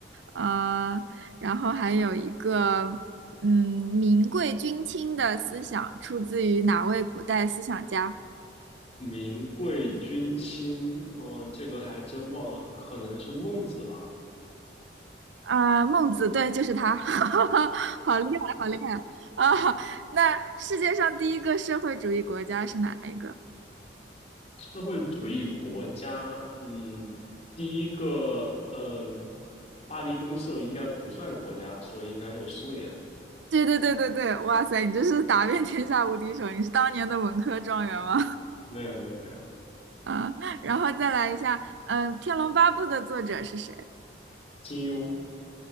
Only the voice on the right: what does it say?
呃，然后还有一个，嗯，民贵君轻的思想出自于哪位古代思想家？
啊、孟子，对，就是他，<laughs> 好厉害，好厉害啊！那世界上第一个社会主义国家是哪一个？
对对对对对，哇塞，你这是打遍天下无敌手，你是当年的文科状元吗？
嗯，然后再来一下，嗯，《天龙八部》的作者是谁？